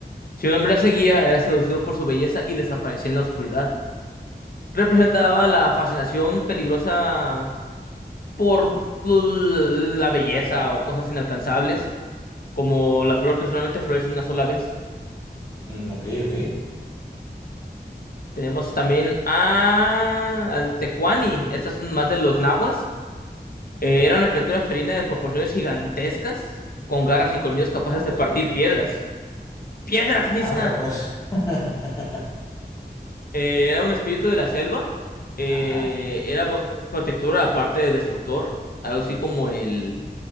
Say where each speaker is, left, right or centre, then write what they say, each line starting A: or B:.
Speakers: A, on the left; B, on the left.
A: Si un hombre la seguía, era seducido por su belleza y desaparecía en la oscuridad. Representaba la fascinación peligrosa por l- la belleza o cosas inalcanzables, como la flor que solamente florece una sola vez.
B: Mm, ok, ok.
A: Tenemos también a... al Tecuani. Estas son más de los nahuas. Eh, era una criatura felina
B: Ok,
A: de proporciones
B: Nahuatl.
A: gigantescas, con garras y colmillos capaces
B: Ok.
A: de partir piedras. ¡Piedras, Misa!
B: Anda, pues. <laughs>
A: Eh, era un espíritu de la selva. eh,
B: Ajá.
A: era bo- protector, aparte de destructor. Algo así como el,